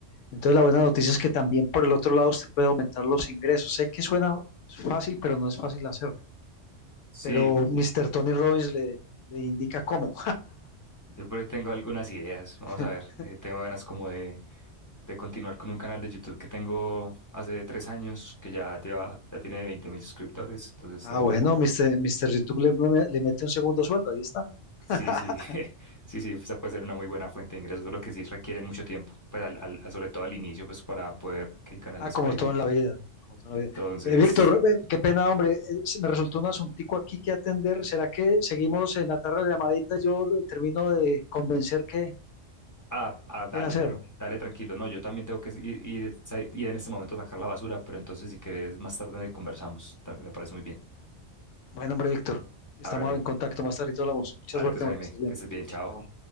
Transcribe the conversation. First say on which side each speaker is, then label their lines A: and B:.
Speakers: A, on the left; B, on the left.
A: Entonces la buena noticia es que también por el otro lado usted puede aumentar los ingresos. Sé que suena fácil, pero no es fácil hacerlo.
B: Sí,
A: Pero Mr. Tony Robbins le, le indica cómo.
B: yo por ahí tengo algunas ideas.
A: <laughs>
B: Vamos a ver, eh, tengo ganas como de, de continuar con un canal de YouTube que tengo hace tres años, que ya, lleva, ya tiene veinte mil suscriptores. Entonces
A: Ah,
B: tengo
A: bueno,
B: como,
A: Mr. Mr. YouTube le, le mete un segundo sueldo, ahí está. <laughs>
B: sí, sí, <laughs> sí, sí, esa puede ser una muy buena fuente de ingresos, lo que sí requiere mucho tiempo, pues al, al- sobre todo al inicio, pues para poder que el canal
A: Ah,
B: despegue.
A: como todo en la vida, como todo
B: Entonces...
A: en la vida. Eh, Víctor, eh, qué pena, hombre, eh, se me resultó un asuntico aquí que atender. ¿Será que seguimos en la tarde de llamadita? Yo lo- termino de convencer que
B: Ah, ah, dale,
A: qué hacer.
B: dale tranquilo. No, yo también tengo que ir, ir, sa- ir en este momento a sacar la basura, pero entonces si quieres más tarde conversamos. ta- Me parece muy bien.
A: Bueno, hombre, Víctor, estamos
B: Hágale,
A: en contacto más tarde y hablamos. Mucha
B: hágale
A: suerte,
B: pues Jaime,
A: hombre, que estés bien.
B: que estés bien, chao.
A: Chao.